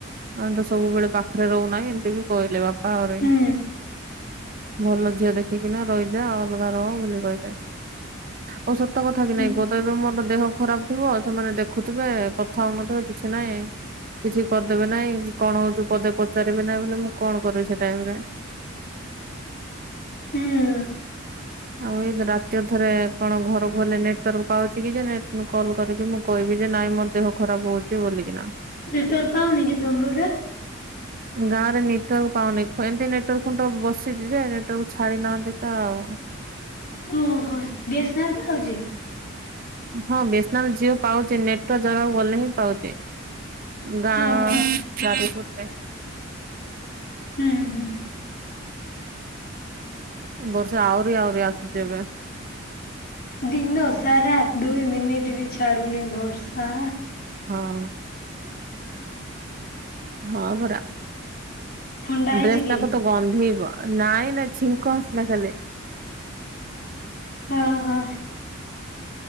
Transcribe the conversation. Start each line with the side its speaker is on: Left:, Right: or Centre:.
Right: ଆମେତ ସବୁବେଳେ ପାଖରେ ରହୁନାହିଁ ଏମିତିବି କହିଲେ ବାପା ଆହୁରି
Left: ହୁଁ
Right: ଭଲ ଝିଅ ଦେଖି ଏଇନା ରହିଯା ଆଉ ଅଲଗା ରହ ବୋଲି କହିଲେ ଆଉ ସତ କଥା କି
Left: ହୁଁ
Right: ନାହିଁ କୁ ତ ଏବେ ମୋର ଦେହ ଖରାପ ଥିବ ସେମାନେ ଦେଖୁଥିବେ କଥା ହଉନଥିବେ କିଛି ନାହିଁ। କିଛି କରିଦେବେ ନାଇଁ କି କଣ ହଉଛିୁ ପଦେ ପଚାରିବେ ନାହିଁ ବେଲେ ମୁଁ କଣ କରିବି ସେ ଟାଇମରେ।
Left: ହୁଁ।
Right: ଆଉ ଏ ରାତି ଅଧରେ କଣ ଘରକୁ ଗଲେ ନେଟୱାର୍କ ପାଉଛି କି ଯେ ନେଟ ନୁ କଲ କରିକି ମୁଁ। କହିବି ଯେ ନାଇଁ ମୋ ଦେହ ଖରାପ ହଉଛି ବୋଲିକିନା।
Left: ନେଟୱାର୍କ ପାଉନିକି ତମପଟେ।
Right: ଗାଁରେ ନେଟୱାର୍କ ପାଉନି ଏମିତି ନେଟୱାର୍କ ଖୁଣ୍ଡ ବସିଛିଯେ ନେଟୱାର୍କ ଛାଡି ନାହାନ୍ତିତ ଆଉ।
Left: ଓହୋ ବିଏସେନାଲ ପାଉଛି।
Right: ହଁ ବିଏସନାଲ ଜିଓ ପାଉଛି ନେଟୱାର୍କ ଜାଗକୁ ଗଲେ ହିଁ ପାଉଛି। ଗାଁ
Left: ଓହୋ
Right: ଚାରିପଟେ।
Left: ହୁଁ ହୁଁ।
Right: ବର୍ଷା ଆହୁରିି ଆହୁରି ଆସୁଛି ଏବେ।
Left: ଦିିନ ସାରା ଦୁଇ ମିନିଟ ବି ଛାଡୁନି ବର୍ଷା।
Right: ହଁ ହଁ ପରା।
Left: ଥଣ୍ଡା ହେଇଛି
Right: ଡ୍ରେସ
Left: କି?
Right: ତାକତ ଗନ୍ଧେଇବ ନାଇଁ ନାଇଁ ଛିଙ୍କ ଆସିଲା ଖାଲି।
Left: ଓ ହୋ।